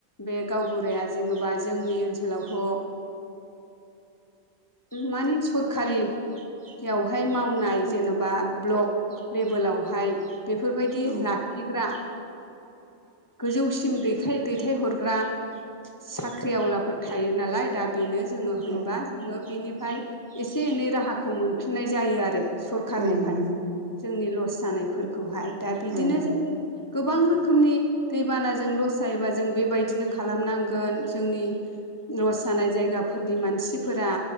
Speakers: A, on the left; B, on the right.
A: बे गावबुराया जेन'बा जोंनि ओनसोलावथ' ओ मानिे सरखारियावहाय मावनाय जेन'बा ब्लक लेभेलावहाय बेफोरबायदि
B: औ
A: लाखिग्रा गोजौसिम दैथाय दैथाय हरग्रा साख्रि आवलाफोर थायो नालाय दा बेनो जोङो हैबा
B: औ
A: जोङो बेनिफ्राय एसे एनै राहाखौ मोनफिननाय जायो आरो सरखारारनिफ्राय
B: औ नंगौ
A: जोंनि लस जानायफोरखौहाय दा बिदिनो
B: औ
A: जोङो गोबां रोखोमनि दैबानाजों लस जायोबा जों बेबायदिनो खालामनांगोन जोंनि नस जानाय जायगाफोरनि मानसिफोरा